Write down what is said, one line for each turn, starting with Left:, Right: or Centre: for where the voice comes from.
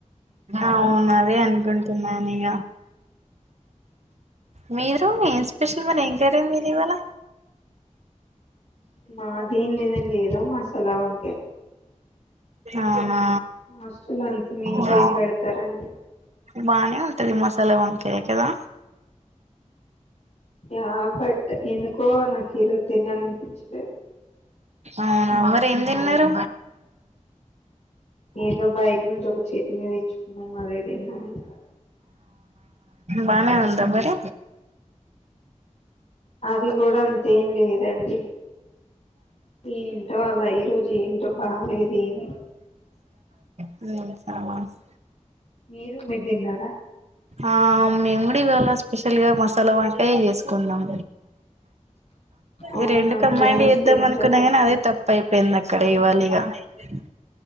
Right: అవును అదే అనుకుంటున్నానిగ మీరు ఏం స్పెషల్ మరి ఏం కరి మీది ఇవ్వాళ
Left: మాదేం లేదండి ఏదో మస్ తెల్ల వంకాయ్
Right: అవునా
Left: హస్టల్లో అంతా మించి
Right: బా
Left: ఏం పెడతారండి
Right: బానే ఉంటంది మసాలా వంకాయ కదా
Left: ఆ పెట్ ఎందుకో నాకు ఈరోజు తినాలి అనిపించలేదు
Right: అవునా మరి ఎం తిన్నరు
Left: ఏదో బయట్నుచి ఒక చే నీ తేచ్చుకున్నాం అదే తిన్నాం ఇంకా
Right: బాగా నే ఉందా మరి
Left: అది కూడా అంతేం లేదండి ఏంటో అలా ఈ రోజు ఏంటో బాలేదేమి
Right: హు సమస్
Left: మీరు మీరు తిన్నారా
Right: ఆ మేము కూడా ఇవాళ స్పెషల్ గా మసాలా వంకాయే చేసుకుంనం
Left: అవునా
Right: ఈ రెండు కామేడ్
Left: కో ఇన్సిడెన్స్
Right: చేద్దాం అనుకున్నా
Left: కదా
Right: కానీ అదే తప్ పై పొఇందక్ ఇక్కడ ఇవ్వాలి ఇగ ఇ <unintelligible>